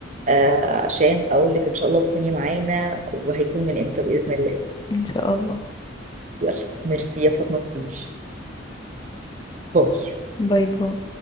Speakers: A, on the right; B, on the left.
A: آه عشان اقول لك ان شاء الله تكوني معانا وهيكون من امتى باذن الله
B: ان شاء الله
A: يلا ميرسي يا فاطمه كتير باي
B: باي باي